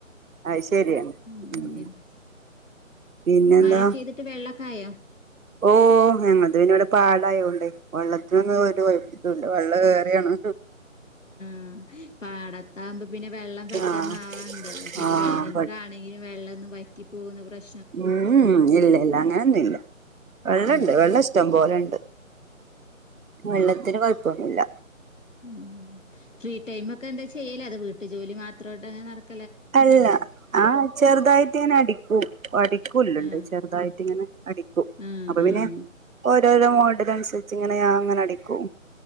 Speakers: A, on the right (about 80°); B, on the left (about 65°).
A: അത് ശരിയാണ്
B: അങ്ങനെയിരുന്ന്
A: ഉം പിന്നെന്താ
B: മഴൊക്കെ പെയ്തിട്ട് വെള്ളൊക്കെ ആയോ
A: ഓ ഞങ്ങത് പിന്നെോടെ പാടായോണ്ടേ വെള്ളത്തിനൊന്നും ഒരു വെള്ള ഏറയാണ്
B: ആ പാടത്താകുമ്പോ പിന്നെ വെള്ളം പെട്ടന്ന
A: ആഹ്
B: ആവാണ്ടല്ലോ പിന്നെ
A: ആഹ്
B: വേനൽക്കെ
A: ബട്ട്
B: ആണെങ്കില വെള്ള വറ്റി പോകുന്ന പ്രശനം
A: ഉം ഇല്ല ഇല്ല അങ്ങനെയൊന്നുംല്ല വെള്ളണ്ട്
B: ആ
A: വെള്ള ഇഷ്ടം പോലെണ്ട് വെള്ളത്തിന് കുഴപ്പ ന്നില്ല
B: ഉ ഫ്രീ ടൈമ ഒക്കെ എന്താ ചെയ്യലേ അത് വീട്ടു ജോലി മാത്രമായിട്ട് അങ്ങെ നടക്ക
A: അല്ല ആ് ചെറുതായിട്ട ഇങ്ങനെ അടിക്കൂ അടിക്കൂല്ലണ്ട്
B: ആഹ്
A: ചെറുതായിട്ട ഇങ്ങനെ അടിക്കും
B: ആഹ്
A: അപ്പൊ
B: ആഹ്
A: പിന്നെ ഓരോരോ മോഡൽ അനുസരിച്ച് ഇങ്ങനെ ഞാൻ അങ്ങനെ അടിക്കും